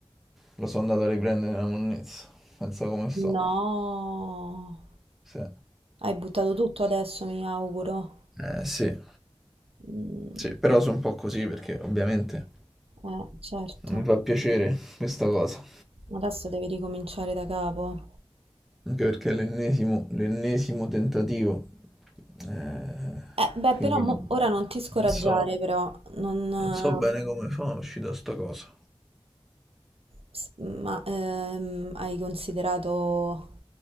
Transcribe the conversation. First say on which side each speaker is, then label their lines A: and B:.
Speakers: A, in the centre; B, on the right.
A: lo sono andato a riprendere nella monnezza. Pensa come sto.
B: No,
A: Sì.
B: hai buttato tutto adesso, mi auguro.
A: Eh, sì.
B: Mm,
A: Sì, però sono un po' così perché ovviamente
B: eh, certo,
A: non mi fa piacere questa cosa.
B: adesso devi ricominciare da capo.
A: Anche perché è l'ennesimo l'ennesimo tentativo. Eh,
B: Eh, beh,
A: quindi
B: però mo- ora non ti scoraggiare,
A: non so,
B: però, non,
A: non so bene
B: eh,
A: come fa a uscire da sta cosa.
B: s- ma ehm, hai considerato